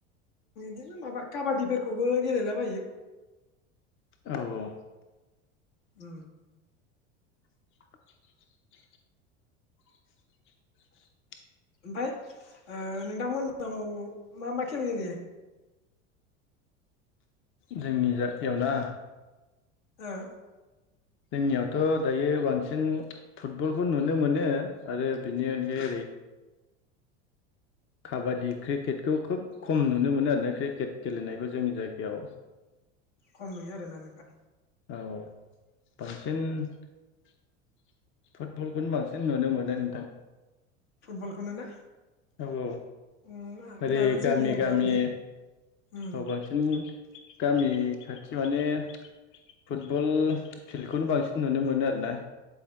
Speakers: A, on the left; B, on the left.
A: बिदिनो माबा काबादिफोरखौबो गेलेलाबायो
B: औ औगौ
A: उ
B: <inaudible> <inaudible> <inaudible>
A: ओमफ्राय नोंथांमोनाव मा मा खेल गेलेयो
B: जोंनि जायाव ना
A: हो
B: जोंनियावथ' दायो बांसिन फुटबलखौ नुनो मोनो आरो बिदिेख काबादि क्रिकेटखौ खोब खम नुनो मोनो आरोना क्रिकेट गेलेनायखौ जोंनि जायगायाव <inaudible>
A: खम नुयो आरोना नोंथां
B: औ बांसिन फुटबलखौनो बांसिन नुनो मोनो नोंथां
A: फुटबलखौनो ना
B: औ औ
A: उम आरो
B: ओरै
A: दाना
B: गामि
A: जोंनि जायगायाव
B: गामि
A: बिदि उम
B: औ बांसिन गामि खाथियाव माने फुटबल फिल्डखौनो बांसिन नुनो मोनो आरो ना